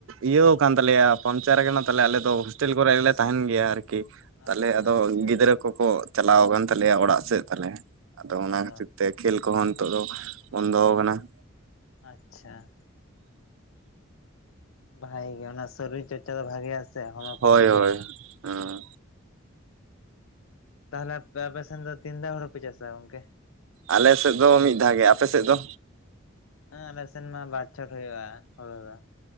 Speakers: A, on the right; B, on the left.
A: ᱤᱭᱟᱹᱣ ᱠᱟᱱ ᱛᱟᱞᱮᱭᱟ ᱯᱟᱢᱪᱟᱨ ᱠᱟᱱᱟ ᱛᱟᱦᱚᱞᱮ ᱟᱞᱮ ᱫᱚ ᱦᱳᱥᱴᱮᱞ ᱠᱚᱨᱮᱜᱮᱞᱮ ᱛᱟᱦᱮᱱ ᱜᱮᱭᱟ ᱟᱨᱠᱤ ᱛᱟᱦᱚᱞᱮ
B: ᱚ
A: ᱟᱫᱚ
B: ᱟᱪᱪᱷᱟ
A: ᱜᱤᱫᱽᱨᱟᱹ ᱠᱚᱠᱚ ᱪᱟᱞᱟᱣ ᱟᱠᱟᱱ ᱛᱟᱞᱮᱭᱟ ᱚᱲᱟᱜ ᱥᱮᱫ ᱛᱟᱞᱮ ᱟᱫᱚ ᱚᱱᱟ
B: ᱚ
A: ᱠᱷᱟᱹᱛᱤᱨ ᱛᱮ ᱠᱷᱮᱞ ᱠᱚᱦᱚᱸ ᱱᱤᱛᱚᱜ ᱫᱚ ᱵᱚᱱᱫᱚ ᱟᱠᱟᱱᱟ ᱾
B: ᱟᱪᱪᱷᱟ ᱾ ᱵᱷᱟᱜ ᱜᱮ ᱚᱱᱟ ᱥᱟᱨᱤᱨ ᱪᱚᱨᱪᱟ ᱫᱚ ᱵᱷᱟᱜᱮ ᱟᱥᱮ ᱦᱚᱲᱢᱚ
A: ᱦᱳᱭ
B: ᱯᱚᱠᱠᱷᱮ
A: ᱦᱳᱭ
B: ᱾
A: ᱦᱩᱸ
B: ᱛᱟᱦᱚᱞᱮ ᱟᱯᱮᱥᱮᱱ ᱫᱚ ᱛᱤᱱ ᱫᱷᱟᱣ ᱦᱩᱲᱩ ᱯᱮ ᱪᱟᱥᱼᱟ ᱜᱚᱝᱠᱮ?
A: ᱟᱞᱮ ᱥᱮᱫ ᱫᱚ ᱢᱤᱫ ᱫᱷᱟᱣ ᱜᱮ ᱾ ᱟᱯᱮ ᱥᱮᱫ ᱫᱚ?
B: ᱮᱸ ᱟᱞᱮ ᱥᱮᱱᱢᱟ ᱵᱟᱨ ᱪᱷᱚᱴ ᱦᱩᱭᱩᱜᱼᱟ ᱦᱩᱲᱩ ᱫᱚ ᱾